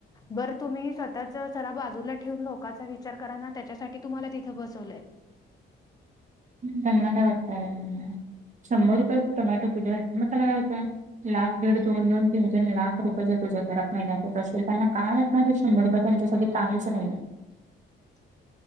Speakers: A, on the left (about 20°); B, on the right (about 40°).
A: बरं तुम्ही स्वतःच सरा बाजूला ठेवून लोकांचा विचार करा ना त्याच्यासाठी तुम्हाला तिथे बसवलंय
B: त्यांना काय वाटतंय शंभर रुपये टोमॅटो किलो आहे मग त्याला काय होतोय लाख दीड दोन दोन तीन तीन लाख रुपये जे तुझ्या घरात महिन्यातच असेल त्यांना का वाट रे शंभर रुपये त्यांच्यासाठी काहीच नाही
A: <unintelligible> <unintelligible>